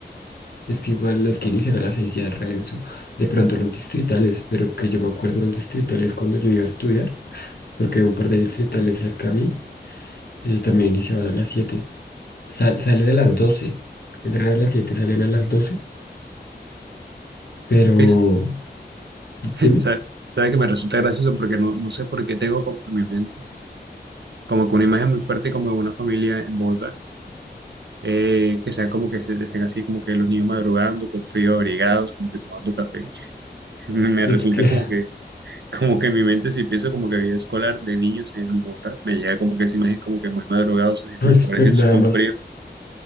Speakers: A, on the left (about 60°); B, on the right (about 75°).
A: Es que igual los que inician a las 6 ya es renzo. De pronto los distritales, pero que yo me acuerdo los distritales cuando yo iba a estudiar, porque un par de distritales cerca a mí eh, también iniciaban a las siete Sal- salen a las doce Entran a las siete salen a las doce Pero,
B: Pues, <laughs>
A: dime,
B: ¿sabes que me resulta gracioso? Porque no, no sé por qué tengo como que en mi mente, como que una imagen muy fuerte como de una familia en Bogotá, eh, que sean como que se, estén así como que los niños madrugando, con frío, abrigados, como que tomando café. <laughs> Me
A: es
B: resulta
A: que,
B: como que, como que en mi mente si pienso como que vida escolar de niños en Bogotá, me llega como que esa imagen como que muy madrugados,
A: <laughs>
B: así,
A: pues,
B: tú, pobrecitos
A: pues nada
B: con
A: más,
B: frío.